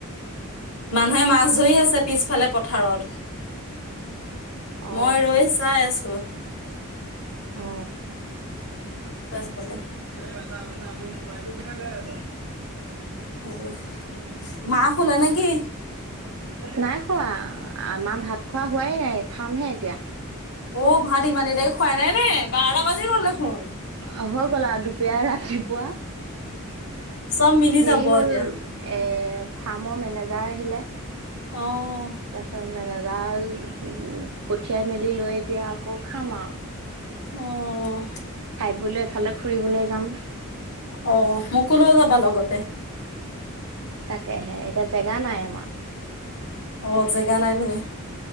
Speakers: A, on the left; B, on the right.
A: মানুহে মাছ জৰি আছে পিছফালে পথাৰত,
B: অ
A: মই ৰৈ চাই আছো।
B: অ
A: পাছফালে।
B: এ বথা বথা ম মবাইলটো কথাই গৈ ত
A: হেৰি মা শুলে নে কি
B: নাই খোৱা আমাৰ ভাত খোৱা হোৱাই নাই খামহে এতিয়া।
A: অ' ভাত ইমান দিলাকি খুৱাই নাই নে বাৰটা বাজি গ'ল দেখোন।
B: অ' হৈ গ'ল আৰু দুপাৰ ৰাতিপুৱা
A: চব মিলি
B: হেৰি
A: যাব এতিয়া
B: হ'ল এ ফাৰ্মৰ মেনেজাৰ আহিলে।
A: অ'
B: তাৰ পিছত মেেজাল উ পঠিয়াই মেলি লৈ এতিয়া আকৌ খাম আৰু।
A: অ'।
B: বুললে এফালে ফুৰিবলৈ যাম।
A: অ' মোকোলৈও যাবা লগতে।
B: তাকেহে এতিয়া জেগা নাই আমাৰ।
A: অ' জেগা নাই নেকি?